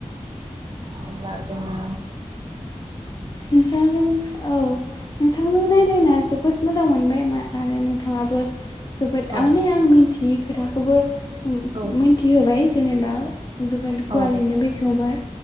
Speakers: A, on the right; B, on the left.
A: अब्ला जोङो
B: नोंथां जों औ। नोंथां जों रायलायना जोब बोद मोजां मोनबाय मा आरो नोंथाङाबो जोबोद
A: औ
B: माने आं मिथियो खोथाखौबो उम
A: औ
B: मोथिहोबाय। जेनेबा जोबोद गुवारैनो
A: औ
B: बेखेवबाय।